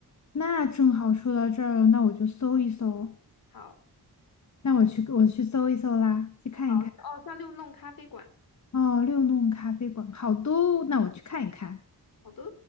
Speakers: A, on the left (about 45°); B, on the left (about 65°).
A: 那正好说到这儿了，那我就搜一搜。
B: 好，
A: 那我去我去搜一搜啦，去看一看。
B: 好，哦，叫六弄咖啡馆，
A: 哦，六弄咖啡馆好多哦，那我去看一看。
B: 好的。